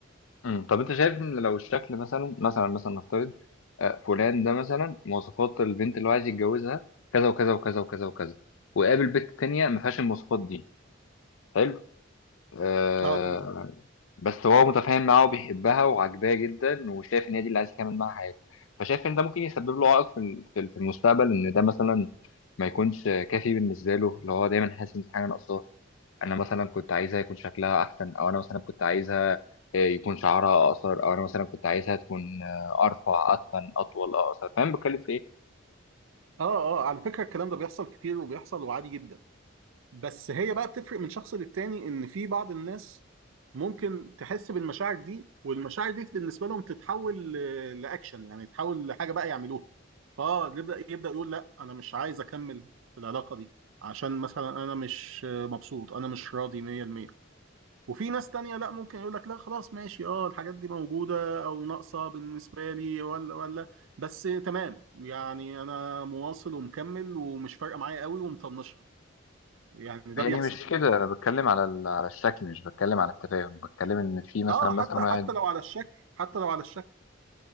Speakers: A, on the left (about 80°); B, on the right (about 80°).
A: امم طب انت شايف ان لو الشكل مثلا مثلا مثلا نفترض آه، فلان ده مثلا مواصفات البنت اللي هو عايز يتجوزها كذا وكذا وكذا وكذا وكذا وقابل بنت تانية ما فيهاش المواصفات دي حلو آه
B: اه تمام
A: بس هو متفاهم معاها وبيحبها وعاجباه جدا وشايف ان هي دي اللي عايز يكمل معاها حياته فشايف ان ده ممكن يسبب له عائق في ال- في ال- في المستقبل ان ده مثلا ما يكونش كافي بالنسبه له اللي هو دايما حاسس ان في حاجه ناقصاه انا مثلا كنت عايزها يكون شكلها احسن او انا مثلا كنت عايزها آه، يكون شعرها اقصر او انا مثلا كنت عايزها تكون آه، ارفع اتخن اطول اقصر فاهم بتكلم في ايه
B: اه اه على فكرة الكلام ده بيحصل كتير وبيحصل وعادي جدا بس هي بقى بتفرق من شخص للتاني ان في بعض الناس ممكن تحس بالمشاعر دي والمشاعر دي بالنسبة لهم تتحول ل- لاكشن يعني تتحول لحاجة بقى يعملوها فاه يبدأ يبدأ يقول لا انا مش عايز اكمل في العلاقة دي عشان مثلا انا مش مبسوط انا مش راضي 100% وفي ناس تانية لا ممكن يقول لك لا خلاص ماشي اه الحاجات دي موجودة او ناقصة بالنسبة لي ولا ولا بس تمام يعني انا مواصل ومكمل ومش فارقة معايا قوي ومطنشها يعني ده
A: يعني
B: بيحصل
A: مش كده انا بتكلم على ال- على الشكل مش بتكلم على التفاهم بتكلم ان في مثلا
B: اه
A: مثلا
B: حتى
A: واحد
B: حتى لو على الشكل حتى لو على الشكل